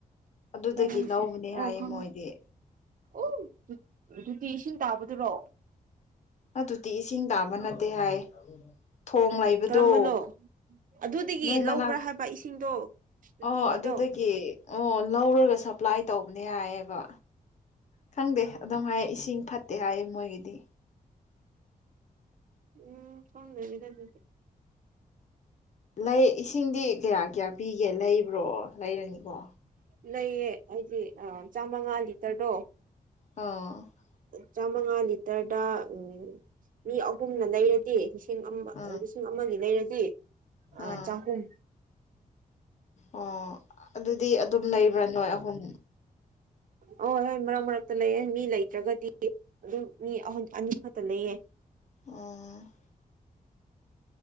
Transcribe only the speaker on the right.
ꯑꯣ
ꯑꯣꯈ
ꯑꯣ ꯨꯇꯤ ꯏꯁꯤꯡ ꯇꯥꯕꯗꯨꯔꯣ
ꯀꯔꯝꯕꯅꯣ ꯑꯗꯨꯗꯒꯤ
ꯂꯧꯕ꯭ꯔꯥ
ꯍꯥꯏꯕ ꯏꯁꯤꯡꯗꯣ ꯇꯣꯇꯤꯒꯤꯗꯣ
ꯎꯝ ꯊꯉꯗ ꯑꯗꯨꯗꯤ
ꯂꯩꯌꯦ ꯍꯥꯏꯗꯤ ꯆꯥꯃꯉꯥ ꯂꯤꯇꯔꯗꯣ
ꯆꯥꯃꯉꯥ ꯂꯤꯇꯔꯗ ꯎꯝ ꯃꯤ ꯑꯍꯨꯝꯅ ꯂꯩꯔꯗꯤ ꯂꯤꯁꯤꯡ ꯑꯃ
ꯂꯤꯁꯤꯡ ꯑꯃꯒꯤ ꯂꯩꯔꯗꯤ ꯑ
ꯆꯍꯨꯝ
ꯍꯣꯏ ꯍꯣꯏ ꯃꯔꯛ ꯃꯔꯛꯇ ꯂꯩꯌꯦ ꯃꯤ ꯂꯩꯇ꯭ꯔꯒꯗꯤ ꯑꯗꯨꯝ ꯃꯤ ꯑꯍ ꯑꯅꯤ ꯈꯛꯇ ꯂꯩꯌꯦ